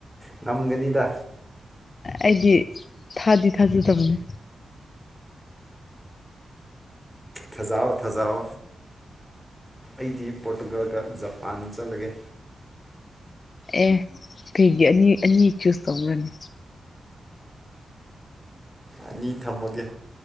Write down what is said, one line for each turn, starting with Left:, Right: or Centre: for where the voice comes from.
Centre: ꯉꯝꯒꯅꯤꯗ
Left: ꯑꯩꯗꯤ ꯊꯥꯗꯤ ꯊꯥꯖꯗꯕꯅꯦ
Centre: ꯊꯖꯥꯎ ꯊꯥꯖꯥꯎ ꯑꯩꯗꯤ ꯄꯣꯔꯇꯨꯒꯜꯒ ꯖꯄꯥꯟ ꯆꯠꯂꯒꯦ
Left: ꯑꯦ ꯀꯩꯒꯤ ꯑꯅꯤ ꯑꯅꯤ ꯆꯨꯁ ꯇꯧꯈ꯭ꯔꯅꯤ
Centre: ꯑꯅꯤ ꯊꯝꯃꯒꯦ